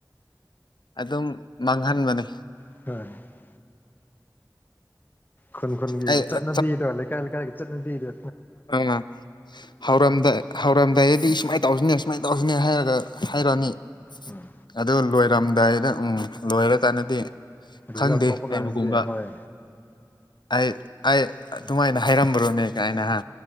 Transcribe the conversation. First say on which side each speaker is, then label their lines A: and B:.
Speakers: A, on the left; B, on the left.
A: ꯑꯗꯨꯝ ꯃꯥꯡꯍꯟꯕꯅꯤ
B: <unintelligible> ꯈꯨꯟ ꯈꯨꯟꯒꯤ
A: ꯑꯩ
B: ꯆꯠꯅꯕꯤꯗꯣ
A: ꯑ
B: ꯂꯩꯀꯥꯏ ꯂꯩꯀꯥꯏꯒꯤ ꯆꯠꯅꯕꯤꯗ
A: ꯅꯪꯅ ꯍꯧꯔꯝꯗꯦ ꯍꯧꯔꯝꯗꯥꯏꯗꯗꯤ ꯁꯨꯃꯥꯏꯅ ꯇꯧꯁꯤꯅꯦ ꯁꯨꯃꯥꯏꯅ ꯇꯧꯁꯤꯅꯦ ꯍꯥꯏꯔꯒ ꯍꯥꯏꯔꯛꯑꯅꯤ
B: ꯎꯝ
A: ꯑꯗꯨ ꯂꯣꯏꯔꯝꯗꯥꯏꯗ ꯎꯝ ꯂꯣꯏꯔꯀꯥꯟꯗꯗꯤ
B: ꯔꯤꯖꯜ
A: ꯈꯪꯗꯦ
B: ꯊꯣꯛꯄ
A: ꯍꯥꯏꯕꯒꯨꯝꯕ
B: ꯀꯥꯟꯗꯗꯤ ꯍꯣꯏ
A: ꯑꯩ ꯑꯩ ꯑꯗꯨꯃꯥꯏꯅ ꯍꯥꯏꯔꯝꯕ꯭ꯔꯣꯅꯦ ꯀꯥꯏꯅ ꯍꯥ